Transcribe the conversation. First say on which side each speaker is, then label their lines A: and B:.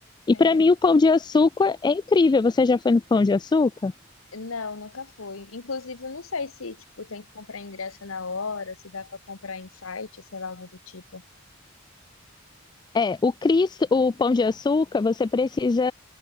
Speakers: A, on the left; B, on the left.
A: E
B: É,
A: para mim o pão de açúcar é incrível. Você já foi no pão de açúcar?
B: não, nunca fui. Inclusive, eu não sei se, tipo, tem que comprar ingresso na hora, se dá pra comprar em site, sei lá, algo do tipo.
A: É, o Cristo, o pão de açúcar, você precisa